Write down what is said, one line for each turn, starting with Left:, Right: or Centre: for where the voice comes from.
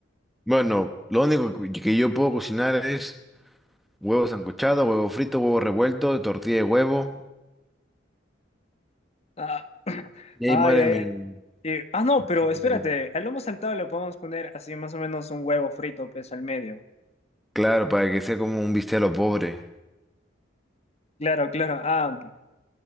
Centre: Bueno, lo único que que yo puedo cocinar es huevo sancochado, huevo frito, huevo revuelto, tortilla de huevo.
Left: Ah, <clears throat>
Centre: Y
Left: ay,
Centre: ahí muere
Left: ay,
Centre: mi...
Left: ay.
Centre: mi
Left: Y- ah, no,
Centre: itinerario.
Left: pero espérate, al lomo saltado le podemos poner así más o menos un huevo frito, pues, al medio.
Centre: Claro, para que sea como un bistec a lo pobre.
Left: Claro, claro. Ah,